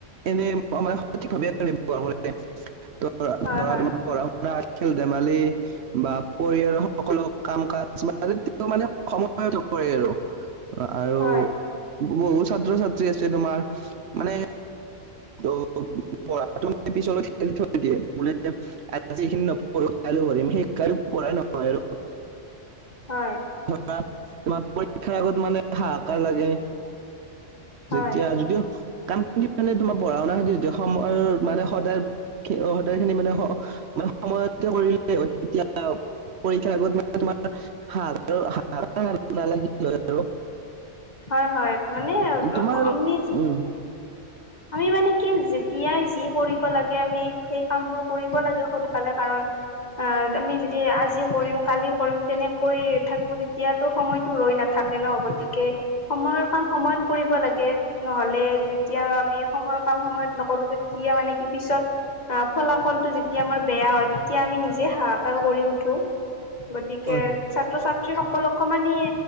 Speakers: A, on the right; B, on the left.
A: এনে মানে সঠিকভাৱে ব্যৱহাৰ কৰিছে। ধৰা
B: হয় হয়
A: পঢ়া শুনা খেল ধেমালি বা পৰিয়ালৰ সকলো কাম কাজ কিছুমান তেওঁ মানে সময়ত কৰে আৰু আৰু
B: হয়
A: বহু ছাত্ৰ ছাত্ৰী আছে তোমাৰ। মানে ত পঢ়াটো পিছলৈ থেলি থৈ দিয়ে বোলে যিখিনি নপঢ়ো কাইলৈ পঢ়িম সেই কাইলৈ পঢ়াই নহয় আৰু। <unintelligible>
B: হয়
A: তোমাৰ পৰীক্ষাৰ আগত মানে হাহাকাৰ লাগে।
B: হয়
A: যেতিয়া যদি কামখিন মানে তোমাৰ পঢ়া শুনা খেতি যদি সময়ৰ মানে সদায় সদায় খিনি মানে সময়তে কৰিলে তেতিয়া <unintelligible>
B: হয় হয় মানে
A: তোমাৰ
B: অমিজ
A: উম
B: আমি মানে কি যেতিয়াই যি কৰিব লাগে আমি, সেই কামবোৰ কৰিব লাগে সোনকালে কাৰণ অ আমি যদি আজি কৰিম কালি কৰিম তেনেকৈ থাকো তেতিয়াতো সময়তো ৰৈ নাথাক- থাকে ন গতিকে সময় কাম সময়ত কৰিব লাগে নহলে যেতিয়া সময়ৰ কাম সময়ত নকৰো তেতিয়া মানে কি পিছত আহ ফলাফলটো যেতিয়া আমাৰ বেয়া হয় তেতিয়া আমি নিজে হাহাকাৰ কৰি উঠো। গতিকে
A: হয়
B: ছাত্ৰ ছাত্ৰীসক- কলক মানিয়ে